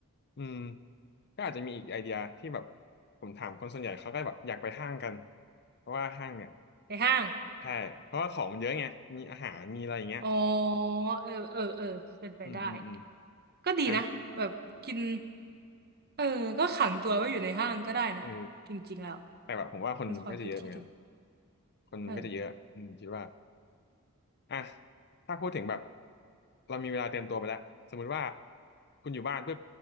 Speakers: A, on the left; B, on the right.
A: อืมก็อาจจะมีอีกไอเดียที่แบบผมถามคนส่วนใหญ่เขาก็แบบอยากไปห้างกันเพราะว่าห้างเนี่ย
B: ไปห้าง
A: ใช่เพราะว่าของมันเยอะไงมีอาหารมีอะไรอย่างเงี้ย
B: อ๋อเออเออเออเป็นไปได้
A: อืมอืมอืม
B: ก็ดีนะแบบกิน
A: อ่ะ
B: เออก็ขังตัวไว้อยู่ในห้างก็ได้นะ
A: เออ
B: จริงๆแล้ว
A: แต่แบบผมว่าคนมันก็จะเยอะเหมือนกัน
B: เป็นความคิดที่ดี
A: คนมันก็จะเยอะอืมคิดว่า
B: เออ
A: อ่ะถ้าพูดถึงแบบเรามีเวลาเตรียมตัวไปแล้วสมมุติว่าคุณอยู่บ้านปุ๊บ